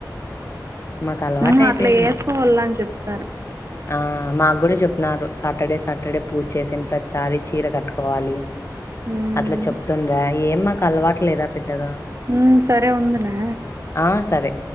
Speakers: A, on the left; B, on the right.
A: మాకు అలవాటు
B: ఉమ్
A: అయిపోయింది
B: అట్లా వేసుకోవాల అని చెప్
A: ఆ మాకు కూడా చెప్నారు సాటర్డే సాటర్డే పూజ చేసిన ప్రతి ఒకసారి చీర కట్టుకోవాలి
B: ఉమ్.
A: అట్లా చెప్తుండర్రు ఏ మాకు అలవాట్ లేదా పెద్దగా
B: ఉమ్, సరే ఉందునా
A: ఆ సరే